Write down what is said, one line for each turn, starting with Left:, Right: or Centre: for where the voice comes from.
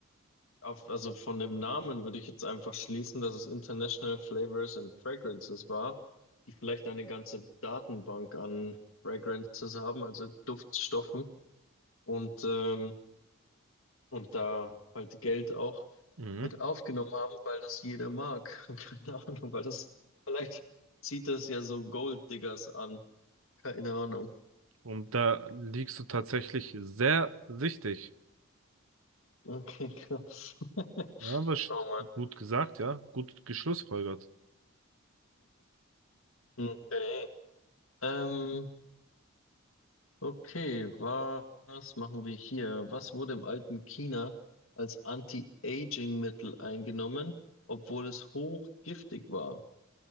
Left: auf, also von dem Namen würde ich jetzt einfach schließen, dass es International Flavors and Fragrances war, die vielleicht eine ganze Datenbank an Fragrances haben, also Duftstoffen und, ähm, und da halt Geld auch
Right: Mhm.
Left: mit aufgenommen haben, weil das jeder mag. <laughs> Keine Ahnung, weil das vielleicht zieht das ja so Golddiggers an. Keine Ahnung.
Right: Und da liegst du tatsächlich sehr richtig.
Left: Okay, krass. <laughs>
Right: Ja, aber sch-
Left: Oh Mann.
Right: gut gesagt, ja. Gut geschlussfolgert.
Left: Okay. Ähm, Okay, was machen wir hier? Was wurde im alten China als Anti-Aging-Mittel eingenommen, obwohl es hochgiftig war?